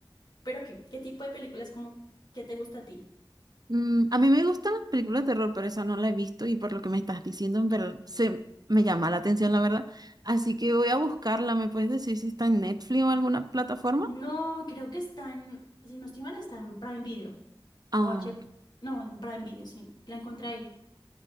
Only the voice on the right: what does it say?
Mm, a mí me gustan las películas de terror, pero esa no la he visto y por lo que me estás diciendo, pero se me llama la atención, la verdad. Así que voy a buscarla. ¿Me puedes decir si está en Netflix o alguna plataforma?
Ah,
ok.